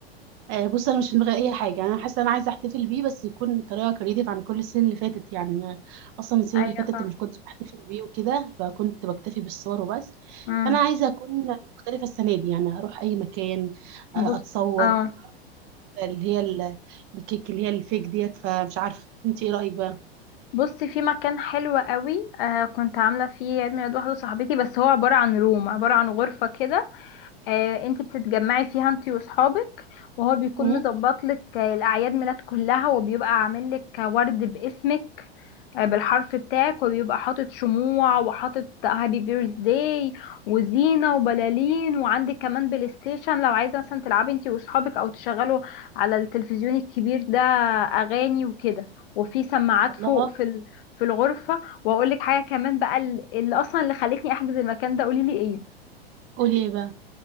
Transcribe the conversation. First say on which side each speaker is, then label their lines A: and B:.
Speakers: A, on the right (about 40°); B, on the left (about 60°).
A: أه بص انا مش في دماغي اي حاجه انا حاسه انا عايزه احتفل بيه بس يكون بطريقه كريتيف عن كل السنين اللي فاتت يعني أنا اصلا السنين
B: ايوه
A: اللي فاتت
B: فاهم
A: مش كنت بحتفل بيه وكده فكنت بكتفي بالصور وبس
B: امم
A: فانا عايزه اكون مختلفه السنه دي يعني اروح اي مكان آه،
B: بص
A: اتصور
B: اه
A: اللي هي ال- الكيك اللي هي الفيك ديت فمش عارفه انت ايه رايك بقى
B: بصي في مكان حلو قوي آه كنت عامله فيه عيد ميلاد واحده صاحبتي بس هو عباره عن روم عباره عن غرفه كده آه انتي بتتجمعي فيها انتي واصحابك وهو بيكون
A: مم؟
B: مظبط لك آه، الاعياد ميلاد كلها وبيبقى عامل لك ورد باسمك بالحرف بتاعك وبيبقى حاطط شموع وحاطط هابي بيرث داي وزينة وبلالين وعندك كمان بلاي ستيشن لو عايزة مثلا تلعبي انتي واصحابك او تشغلوا على التلفزيون الكبير ده اغاني وكده وفي سماعات
A: الله
B: فوق في ال- في الغرفة واقول لك حاجة كمان بقى ال- اللي اصلا اللي خلتني احجز المكان ده قولي لي ايه
A: قولي ايه بقى